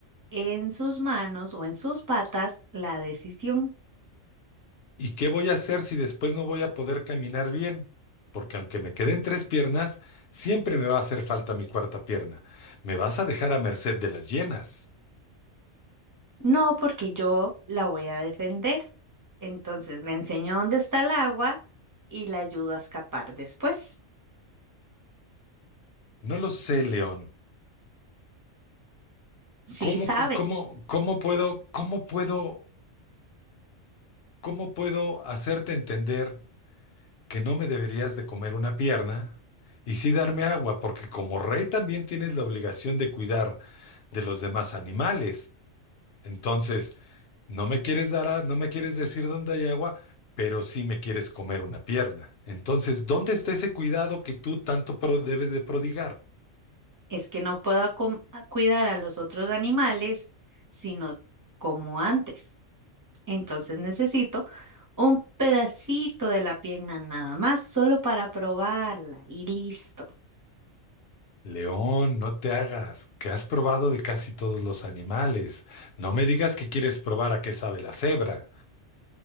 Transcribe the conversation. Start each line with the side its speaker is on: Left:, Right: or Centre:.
Right: en sus manos o en sus patas la decisión.
Left: ¿Y qué voy a hacer si después no voy a poder caminar bien? Porque aunque me queden tres piernas, siempre me va a hacer falta mi cuarta pierna. Me vas a dejar a merced de las llenas.
Right: No, porque yo la voy a defender. Entonces le enseño dónde está el agua y la ayudo a escapar después.
Left: No lo sé, León.
Right: Sí,
Left: ¿Cómo,
Right: sabe.
Left: pu- cómo, cómo puedo, cómo puedo? ¿Cómo puedo hacerte entender que no me deberías de comer una pierna y sí darme agua? Porque como rey también tienes la obligación de cuidar de los demás animales. Entonces, no me quieres dar a- no me quieres decir dónde hay agua, pero sí me quieres comer una pierna. Entonces, ¿dónde está ese cuidado que tú tanto pro- debes de prodigar?
Right: Es que no puedo acom- a cuidar a los otros animales, sino como antes. Entonces necesito un pedacito de la pierna nada más, solo para probarla y listo.
Left: León, no te hagas, que has probado de casi todos los animales. No me digas que quieres probar a qué sabe la cebra.